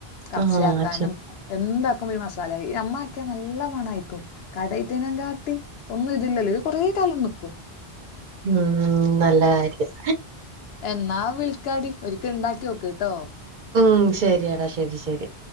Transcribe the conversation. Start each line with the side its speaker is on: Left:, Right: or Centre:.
Left: കബ്സ
Right: ആഹ്
Left: ആക്കാനും
Right: ശരി
Left: എന്താക്കുമ്പോ ഈ മസാല ഈ നമ്മാക്കിയ നല്ല മണായിക്കും കടയിൽ തേനും കാട്ടി ഒന്നും ഇതില്ലല്ലോ ഇത് കൊറെ കാലം നിൽക്കും.
Right: ഉം നല്ല കാര്യം
Left: എന്നാ വിളിക്കാടി ഒരിക്കൽ ഉണ്ടാക്കി നോക്ക്‌ കേട്ടോ
Right: ഉം ശരിയടാ ശരി ശരി